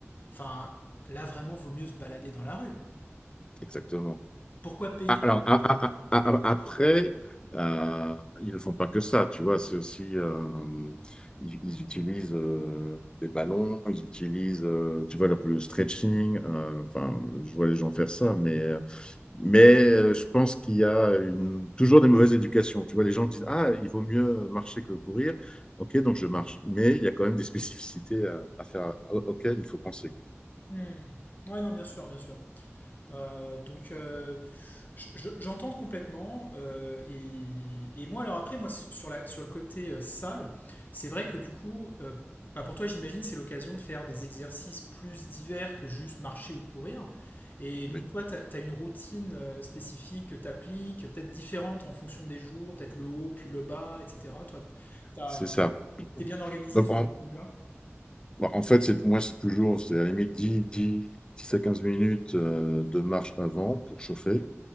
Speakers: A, on the left (about 40°); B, on the left (about 20°).
A: Enfin, là vraiment, il faut mieux se balader dans la rue.
B: Exactement.
A: Pourquoi payer?
B: Ah, Alors a- a- a- a- après, euh, ils ne font pas que ça. Tu vois, c'est aussi euh, ils, ils utilisent euh, les ballons, ils utilisent, euh, tu vois, le, le stretching. euh, enfin, je vois les gens faire ça, mais euh, Mais euh, je pense qu'il y a une- toujours des mauvaises éducations. Tu vois, les gens disent, Ah, il vaut mieux marcher que courir. OK, donc je marche. Mais il y a quand même des spécificités à, à faire, au- auxquelles il faut penser.
A: Hmm. Ouais, non, bien sûr, bien sûr. Euh, donc, euh, je- je- j'entends complètement. euh, et, et moi, alors après, moi, sur la, sur le côté euh, salle, c'est vrai que du coup, euh, bah, pour toi, j'imagine, c'est l'occasion de faire des exercices plus divers que juste marcher ou courir. Et donc,
B: Oui,
A: toi, tu as, une routine euh, spécifique que tu appliques, peut-être différente en fonction des jours, peut-être le haut, puis le bas, etc. Toi, t'as-
B: c'est ça.
A: t'es bien organisé
B: Donc,
A: sur
B: en,
A: ce point là
B: bon, en fait, c'est, moi, c'est toujours, c'est à la limite 10 10 10 à 15 minutes euh, de marche avant pour chauffer.